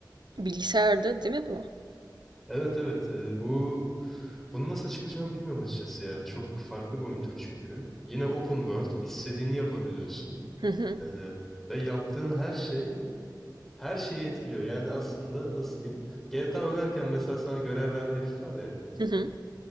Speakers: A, on the right (about 80°); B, in the centre.
A: Bilgisayarda değil mi bu?
B: Evet evet e, bu bunu nasıl açıklayacağımı bilmiyorum açıkçası ya. Çok farklı bir oyun türü çünkü. Yine open world istediğini yapabiliyorsun.
A: Hı hı.
B: E, ve yaptığın her şey her şeyi etkiliyor. Yani aslında nasıl diyeyim? GTA oynarken mesela sana görev veren herif var ya.
A: Hı hı.